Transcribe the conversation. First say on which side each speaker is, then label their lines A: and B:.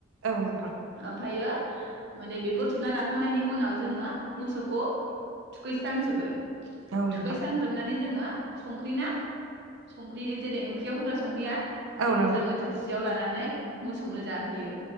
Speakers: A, on the right; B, on the right.
A: औ नोंथां
B: ओमफायो माने बेखौ थुना लाखांनायनि उनाव जोङो मोसौखौ थुखैस्रांजोबो
A: औ
B: थुखैस्रां
A: नोंथां
B: जोबनानै जोङो ओ संख्रि ना संख्रि जेरै ओंख्रियाव होग्रा संख्रिया
A: औ
B: बेखौ
A: नोंथां
B: जोङो थोरसियाव लानानै मोसौनो जाहोयो।